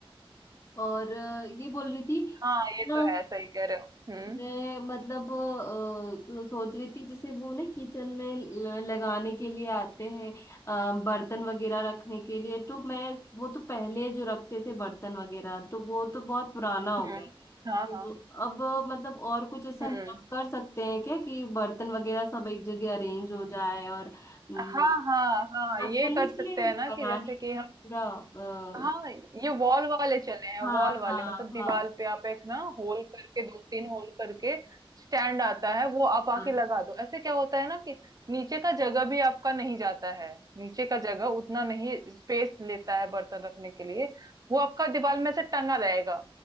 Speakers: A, on the left; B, on the right.
A: और अ, ये बोल रही थी
B: हाँ ये
A: ना
B: तो है सही कह रहे हो हम्म
A: मैं मतलब अ, सोच रही थी जैसे वो ना किचन में ल- लगाने के लिए आते हैं अ, बर्तन वगैरह रखने के लिए तो मैं वो तो पहले जो रखते थे बर्तन वगैरह तो वो तो बहुत पुराना हो
B: हम्म
A: गया
B: हाँ हाँ
A: तो अब मतलब और कुछ ऐसा
B: हम्म
A: नया कर सकते हैं क्या कि बर्तन वगैरह सब एक जगह अरेंज हो जाए और अम,
B: हाँ हाँ हाँ
A: आजकल
B: ये
A: नहीं
B: कर
A: इसलिए
B: सकते हैं
A: बनाने
B: ना कि जैसे कि
A: के
B: हम
A: लिए पूरा अ,
B: हाँ ये वॉल वाले चले हैं
A: हाँ
B: वॉल वाले
A: हाँ
B: मतलब दीवार
A: हाँ
B: पे आप एक ना होल करके दो तीन होल करके स्टैंड आता है वो आप आके
A: हाँ।
B: लगा दो ऐसे क्या होता है ना कि नीचे का जगह भी आपका नहीं जाता है नीचे का जगह उतना नहीं स्पेस लेता है बर्तन रखने के लिए वो आपका दीवार में से टंगा रहेगा